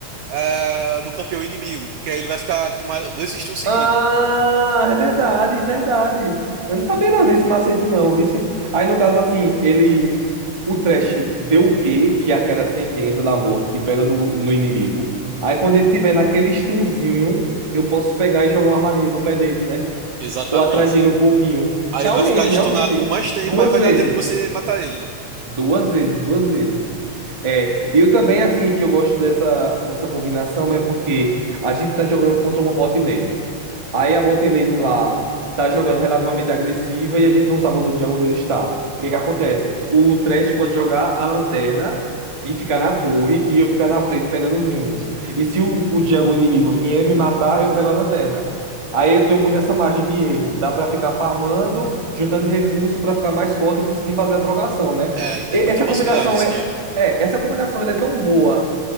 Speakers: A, on the right; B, on the right.
A: eh, do campeão inimigo, porque aí ele vai ficar tomar dois stuns seguidos.
B: Ah, é verdade, é verdade. Eu não sabia não desse macete não, vice. Aí no caso assim, ele, o Trash deu o quê? Que é aquela sentença da morte que pega no, no inimigo. Aí quando ele tiver naquele stunzinho, eu posso pegar e jogar uma armadilha no pé dele, né?
A: Exatamente.
B: Ou atrás dele um pouquinho.
A: Aí
B: Realmente,
A: ele vai ficar stunado
B: realmente.
A: por mais tempo,
B: Duas
A: aí vai
B: vezes,
A: dar tempo de você matar ele, né?
B: duas vezes, duas vezes. É, eu também assim que eu gosto dessa dessa combinação é porque a gente tá jogando contra uma bot lane. Aí a bot lane lá tá jogando relativamente agressiva e a gente não sabe onde o jungle dele está. O que é que acontece? O Thresh pode jogar a lanterna e ficar na torre e eu ficar na frente pegando os minions. E se o, o jungle inimigo vier me matar, eu pego a lanterna. Aí eu tenho muito essa margem de erro. Dá pra ficar farmando, juntando recurso pra ficar mais forte e conseguir fazer a trocação, né?
A: É, tem
B: E-
A: muita
B: essa
A: possibilidade
B: combinação
A: de escape.
B: é, é, essa combinação ela é tão boa